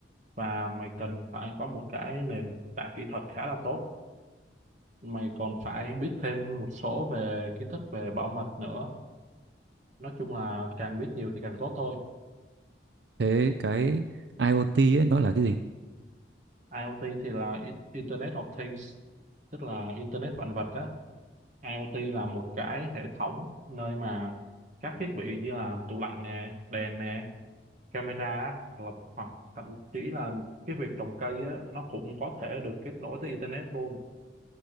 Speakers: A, on the right; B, on the right.
A: và mày cần phải có một cái nền tảng kỹ thuật khá là tốt mày còn phải biết thêm một số về kiến thức về bảo mật nữa nói chung là càng biết nhiều thì càng tốt thôi
B: Thế cái IoT ấy nó là cái gì?
A: IoT thì là I- Internet of Things tức là Internet vạn vật á IoT là một cái hệ thống nơi mà các thiết bị như là tủ lạnh nè đèn nè camera á, hoặc là hoặc thậm chí là cái việc trồng cây á, nó cũng có thể được kết nối tới internet luôn